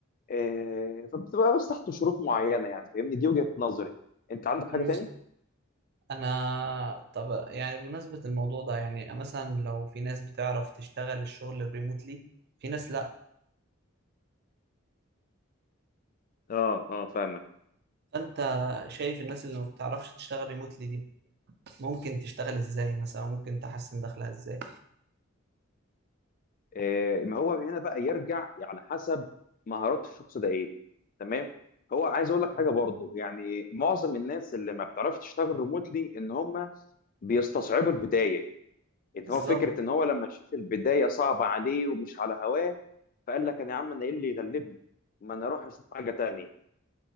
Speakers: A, on the left; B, on the right.
A: آه، فبتبقى بس تحت شروط معينه يعني فاهمني دي وجهه نظري انت عندك حاجه
B: مم.
A: تاني؟
B: أنا طب يعني بمناسبة الموضوع ده يعني مثلا لو في ناس بتعرف تشتغل الشغل الريموتلي في ناس لأ
A: اه اه فاهمك
B: فأنت شايف الناس اللي ما بتعرفش تشتغل ريموتلي دي ممكن تشتغل إزاي مثلا ممكن تحسن دخلها إزاي
A: آه، ما هو هنا بقى يرجع على حسب مهارات الشخص ده ايه تمام هو عايز اقول لك
B: مم.
A: حاجه برضو يعني معظم الناس اللي ما بتعرفش تشتغل ريموتلي ان هم بيستصعبوا البدايه انت
B: بالظبط
A: هو فكره ان هو لما شاف البدايه صعبه عليه ومش على هواه فقال لك انا يا عم انا ايه اللي يغلبني ما انا اروح اشوف حاجه تانية